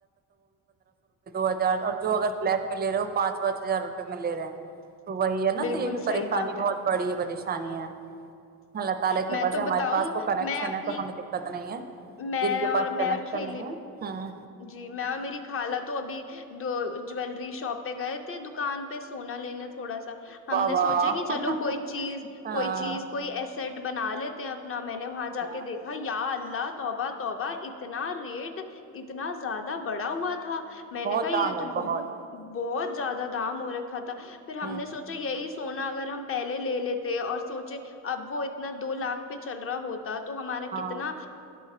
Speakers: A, on the right (about 25°); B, on the left (about 35°).
A: یار اب جو اگر بلیک میں لے رہے ہو پانچ پانچ ہزار روپے میں لے رہے ہیں وہی ہے نا
B: بالکل
A: تو یہ بھی پریشانی
B: صحیح بات
A: بہت
B: ہے
A: بڑی ہے <unintelligible> اللہ تعالی سے
B: میں تو
A: ہمارے
B: بتاؤں
A: پاس تو کنکشن
B: میں اپنی
A: ہے تو ہمیں دیکھا تو نہیں ہے
B: میں
A: جن کے
B: اور
A: پاس
B: میں
A: کنیکشن
B: اور کھیلی
A: نہیں ہے
B: جی میں میری خالہ تو ابھی دو جیلری شاپ پہ گئے تھ دکان پہ سونا لینے تھوڑا سا ہم
A: بابا
B: نے سوچا
A: ہاں
B: کہ چلو کوئی چیز کوئی چیز کوئی ایسٹ بنا ل تو آب نہ میں نے وہاں جا
A: ہاں
B: کے دیکھا یا اللہ توبہ توبہ اتنا ریٹ اتنا زیادہ بڑا ہوا تھا تھا میں
A: بہت
B: نے کہا یہ
A: دام ہے
B: تو بت
A: بہت
B: بہت زیادہ دام ہو رکھا تھا پھر ہم
A: ہ
B: نے سوچا یہی سونا اگر ہم پہلے لے لیتے اور سوچے اب وہ اتنا دو لاکھ پہ چل رہا ہوتا تو ہمارا
A: ہاں
B: کتنا